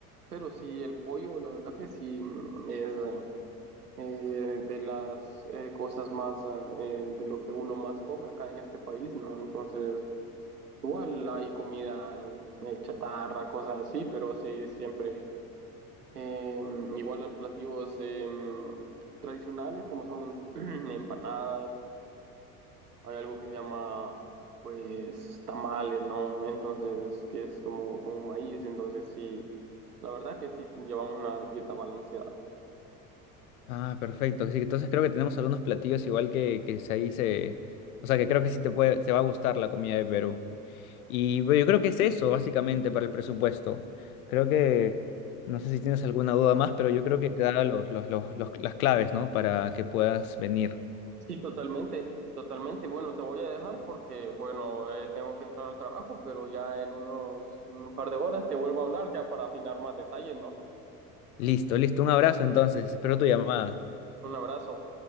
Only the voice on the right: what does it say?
Pero sí, el pollo, la verdad que sí, mm, es eh, de las eh, cosas más, eh, de lo que uno más come acá en este país, ¿no? Entonces, igual hay comida eh, chatarra, cosas así, pero sí, siempre. Em, igual hay platillos em, tradicionales como son <clears throat> empanadas, hay algo que se llama pues tamales, ¿no? Entonces, que es como con maíz, entonces sí, la verdad que sí llevamos una dieta balanceada.
Sí, totalmente, y totalmente. Bueno, te voy a dejar porque, bueno, eh, tengo que entrar al trabajo, pero ya en unos un par de horas te vuelvo a hablar ya para afinar más detalles, ¿no?
Un abrazo.